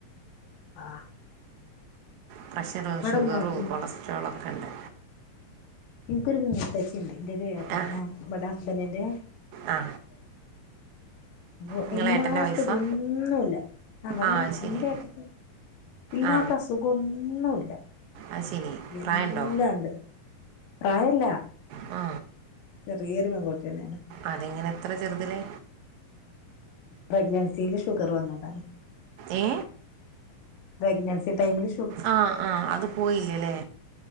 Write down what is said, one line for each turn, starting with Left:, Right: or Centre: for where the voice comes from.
Left: ആ
Right: പ്രഷറും ഷുഗറും
Left: ഉമ്മാക്കും
Right: കൊളസ്ട്രോളൊ ക്കെണ്ട്.
Left: എനിക്കൊരു മൂത്തശ്ശിണ്ട് എന്റെ ഒരു ഏട്ട
Right: ആ
Left: ൻ്റെ ഇവട ബൻ്റിൻ്റെ
Right: ആ
Left: അപ്പൊ
Right: നിങ്ങളെ
Left: ഇല്ലാത്തതൊന്നൂല്ല.
Right: ഏട്ടൻ്റെ വൈഫാ
Left: അവിടെ
Right: ആ ശരി
Left: എന്റെ ഏട്ടക്ക് ഇല്ലാത്ത
Right: ആ
Left: അസുഖം ഒന്നൂല്ല.
Right: അത് ശരി
Left: എല്ലാണ്ട്
Right: പ്രായമുണ്ടോ
Left: പ്രായല്ല.
Right: ആ
Left: ചെറിയൊരു പെൺകുട്ടി തന്നെയാണ്
Right: അതെങ്ങനെ എത്ര ചെറുതിലെ
Left: പ്രഗ്നൻസില് ഷുഗർ വന്നതാണ്
Right: ഏ
Left: പ്രെഗ്നൻസി ടൈംമില്
Right: ആ ആ അത് പോയില്ലല്ലേ